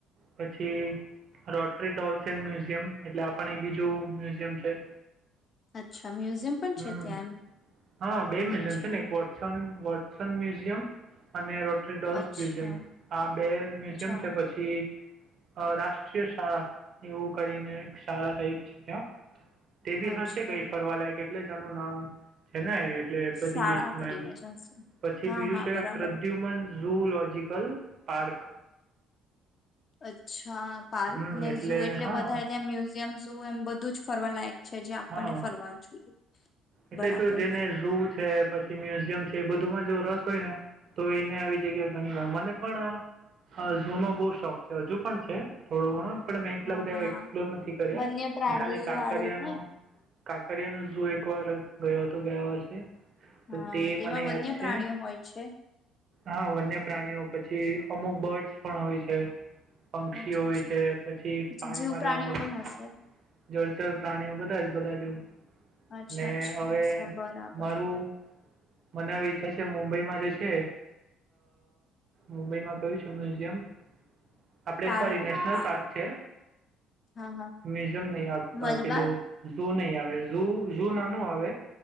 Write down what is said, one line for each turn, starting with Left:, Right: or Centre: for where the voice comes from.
Right: પછી રોટ્રરી ડોલ્સન મ્યુઝિયમ એટલે આપણ એક બીજું મ્યુઝિયમ છે.
Left: અચ્છા મ્યુઝિયમ પણ
Right: હમ
Left: છે ત્યાં એમ
Right: હા બે મ્યુઝિયમ
Left: અચ્છા
Right: છે ને એક વટસન વોટસન મ્યુઝિયમ અને રો ટ્રી ડોલ્સ
Left: અચ્છા
Right: મ્યુઝિયમ આ બે મ્યુઝિયમ
Left: અચ્છા
Right: છે પછી અ રાષ્ટ્રીય શાળા એવું કરીને શાળા ટાઈપ છે ત્યાં તે બી
Left: અચ્છા
Right: હશે ગઈ ફરવા લાયક જ એટલે જ આનું નામ છે ને એટલે બધી
Left: શાળા
Right: લિસ્ટમાં
Left: કરીને
Right: એમ
Left: જશે
Right: પછી
Left: હા
Right: બીજું
Left: હા
Right: છે
Left: બરાબર
Right: પ્રદ્યુમન જુલોજીકલ પાર્ક
Left: અચ્છા હા પાર્ક
Right: હમ
Left: ને જુ એટલે
Right: હા
Left: વધારે ત્યાં મ્યુઝિયમ શુ એમ બધું જ ફરવા લાયક છે જે આપણને
Right: હા
Left: ફરવા જોઈએ
Right: એટલે
Left: બરાબર
Right: જો જેને જુ છે પછી મ્યુઝિયમ છે એ બધુંમાં જો રસ હોય ને તો એને આવી જગ્યા ઘણી વાર મને પણ ઝૂનો બહુ શોખ છે હજુ પણ છે થોડો ઘણો પણ મેં એટલા
Left: હા
Right: બધા
Left: હા
Right: એક્સપ્લોર નથી કર્યા
Left: વન્ય પ્રાણી
Right: ખાલી કાંકરિયાનું
Left: વાળું ને
Right: કાકરિયાનુ જુ એક એકવાર ગયો હતો ગયા વર્ષે
Left: હા
Right: તે
Left: તેમાં
Right: મને યાદ
Left: વન્ય
Right: છે,
Left: પ્રાણીઓ હોય છે
Right: હા વન્ય પ્રાણીઓ પછી અમુક બર્ડ્સ પણ આવે છે. પંક્ષી
Left: અચ્છા
Right: હોય
Left: અચ્છા
Right: છે, પછી પાણીમાં
Left: જીવ પ્રાણીઓ
Right: રહેવા મગર
Left: પણ હશે
Right: જળ જર પ્રાણીઓ બધા જ બધા જે
Left: અચ્છા
Right: ને
Left: અચ્છા
Right: હવે
Left: અચ્છા, બરાબર
Right: મારું મને ઈચ્છા છે, મુંબઈ આજે છે મુંબઈમાં કયું છે મ્યુઝિયમ? આપડે
Left: પાર
Right: સોરી નેશનલ
Left: પા
Right: પાર્ક છે,
Left: હા હા
Right: મ્યુઝિમ નહી
Left: મલબાર
Right: પેલુ ઝૂ નહી <unintelligible> જુ નાનું આવે